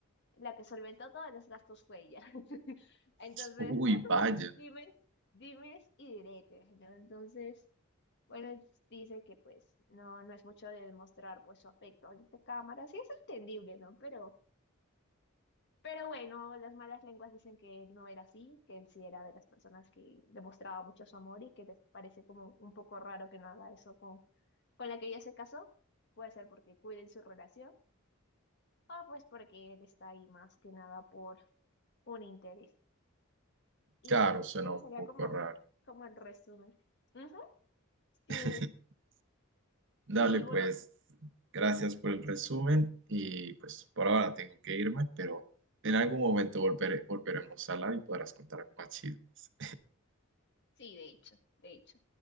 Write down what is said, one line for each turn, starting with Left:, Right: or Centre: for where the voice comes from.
Left: la que solventó todos los gastos fue ella. <laughs> Entonces,
Right: Uy,
Left: es
Right: vaya.
Left: un dimes, dimes y diretes, ¿no? Entonces... Bueno, entonces dice que pues no, no es mucho de demostrar pues su afecto ante cámara, sí es entendible, ¿no? Pero, pero bueno, las malas lenguas dicen que no era así, que él sí era de las personas que demostraba mucho su amor y que les parece como un poco raro que no haga eso con, con la que ella se casó. Puede ser porque cuiden su relación o pues porque él está ahí más que nada por un interés. Y
Right: Claro,
Left: ya,
Right: suena
Left: eso
Right: un
Left: sería
Right: poco
Left: como,
Right: raro.
Left: como el resumen. Ujú, Sí,
Right: <laughs> Dale,
Left: sí,
Right: pues
Left: bueno,
Right: gracias por el resumen
Left: sí,
Right: y pues por ahora tengo que irme, pero en algún momento volveré- volveremos a hablar y podrás contar más chismes.
Left: sí, de hecho, de hecho.